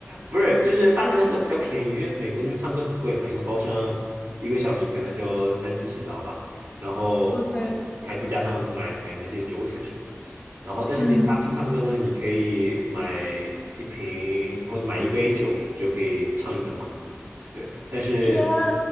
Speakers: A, on the right (about 65°); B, on the left (about 20°).
A: 不是，就是大厅唱歌比较便宜，因为美国这边唱歌很贵嘛，一个包厢一个小时可能就三四十刀吧，然后啊、
B: OK，
A: 你还不加上买买那些酒水什么的，然后但是你大厅唱歌呢，
B: 嗯，
A: 你可以买一瓶或者买一杯酒，你就可以唱一整晚。对，但是
B: 天啊，